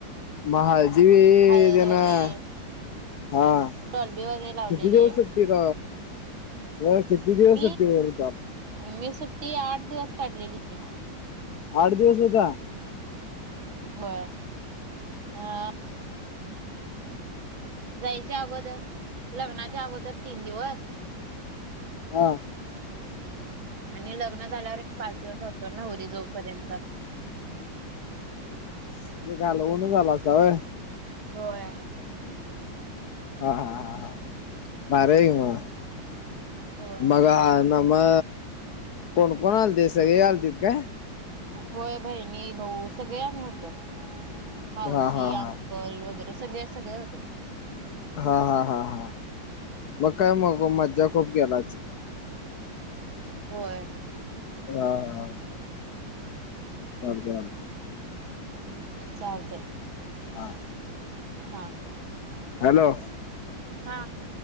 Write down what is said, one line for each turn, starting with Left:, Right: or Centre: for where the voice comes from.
Left: म हाळदी वि
Right: हळद
Left: तेनं,
Right: वगैरे
Left: हां.
Right: टॉलबी वगैरे लावलेले
Left: किती दिवस सुट्टी, ग होय किती दिवस
Right: मी
Left: सुट्टीवर होतो आप
Right: मी सुट्टी, आठ दिवस काढलेली की.
Left: आठ दिवस होता?
Right: होय, आ. जायच्या अगोदर, लग्नाच्या अगोदर, तीन दिवस
Left: आ?
Right: आणि लग्न झाल्यावर, एक पाच दिवस होतो, नवरी जाऊपर्यंत.
Left: म्हणजे घालवूनच, आलासा व्हय?
Right: होय.
Left: हा हा हा हा,
Right: हम्म
Left: भारी य की मग,
Right: होय
Left: मग हा न म कोण-कोण आलते, सगळी आलतीत काय?
Right: होय, बहिणी भाऊ सगळे आम्ही होतो, मावशी
Left: हा हा
Right: अ्ं
Left: हा
Right: कल वगैरे, सगळे-सगळे होते.
Left: हा हा हा हा, मग काय, मग मज्जा खूप केलाच
Right: होय.
Left: <unintelligible> चालतंय चालतंय
Right: चालतय
Left: हा.
Right: हा.
Left: हॅलो?
Right: हा.